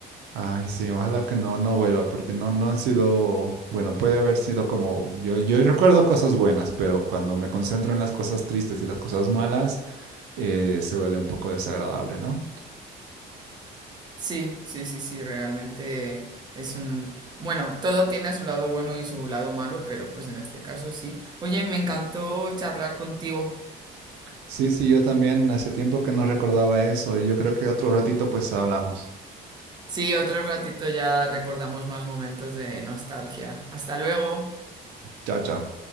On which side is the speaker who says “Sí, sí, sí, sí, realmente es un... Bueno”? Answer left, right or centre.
Right